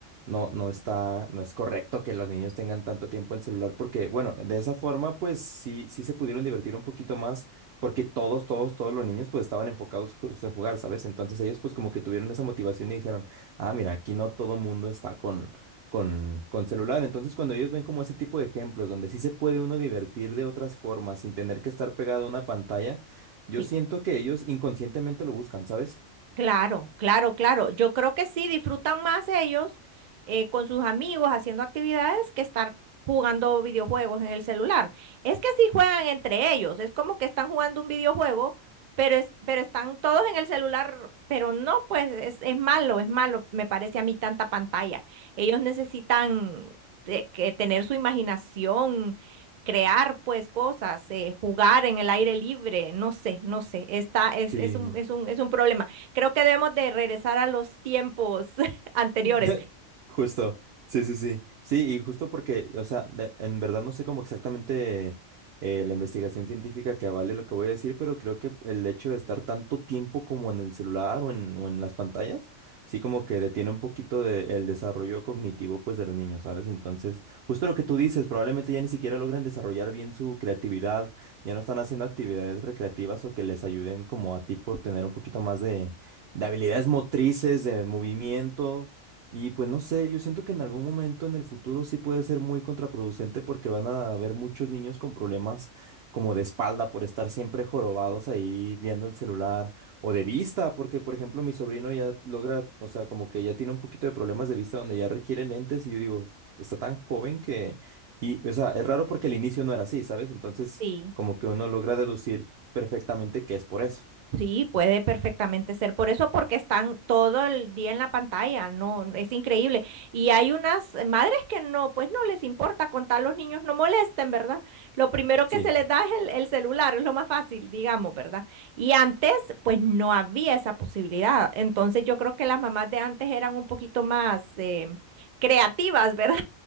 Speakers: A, on the right; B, on the right.
A: no, no está, no es correcto que los niños tengan tanto tiempo el celular porque, bueno, de esa forma, pues sí, sí se pudieron divertir un poquito más porque todos, todos, todos los niños pues estaban enfocados justo en jugar, ¿sabes? Entonces ellos pues como que tuvieron esa motivación y dijeron, ah, mira, aquí no todo mundo está con, con, con celular. Entonces cuando ellos ven como ese tipo de ejemplos donde sí se puede uno divertir de otras formas sin tener que estar pegado a una pantalla, yo
B: Sí,
A: siento que ellos inconscientemente lo buscan, ¿sabes?
B: claro, claro, claro. Yo creo que sí, disfrutan más ellos eh, con sus amigos haciendo actividades que estar jugando videojuegos en el celular. Es que sí juegan entre ellos, es como que están jugando un videojuego, pero, es, pero están todos en el celular, pero no, pues es, es malo, es malo, me parece a mí tanta pantalla. Ellos necesitan te- que tener su imaginación, crear pues cosas, eh, jugar en el aire libre, no sé, no sé, está, es,
A: Sí.
B: es un, es un, es un problema. Creo que debemos de regresar a los tiempos <laughs> anteriores.
A: <laughs> Justo, sí, sí, sí. Sí, y justo porque, o sea, de- en verdad no sé cómo exactamente eh, la investigación científica que avale lo que voy a decir, pero creo que el hecho de estar tanto tiempo como en el celular o en, o en las pantallas, sí como que detiene un poquito de, el desarrollo cognitivo pues de los niños, ¿sabes? Entonces, justo lo que tú dices, probablemente ya ni siquiera logran desarrollar bien su creatividad, ya no están haciendo actividades recreativas o que les ayuden como a tipo tener un poquito más de, de habilidades motrices, de movimiento. Y pues no sé, yo siento que en algún momento en el futuro sí puede ser muy contraproducente porque van a haber muchos niños con problemas como de espalda por estar siempre jorobados ahí viendo el celular o de vista, porque por ejemplo mi sobrino ya logra, o sea, como que ya tiene un poquito de problemas de vista donde ya requiere lentes y yo digo, está tan joven que, y o sea, es raro porque el inicio no era así, ¿sabes? Entonces
B: Sí,
A: como que uno logra deducir perfectamente que es por eso.
B: sí, puede perfectamente ser. Por eso, porque están todo el día en la pantalla, no, no, es increíble. Y hay unas madres que no, pues no les importa contar los niños no molesten, ¿verdad? Lo primero que
A: Sí,
B: se les da es el, el celular, es lo más fácil, digamos, ¿verdad? Y antes, pues no había esa posibilidad. Entonces, yo creo que las mamás de antes eran un poquito más eh, creativas, <laughs> ¿verdad?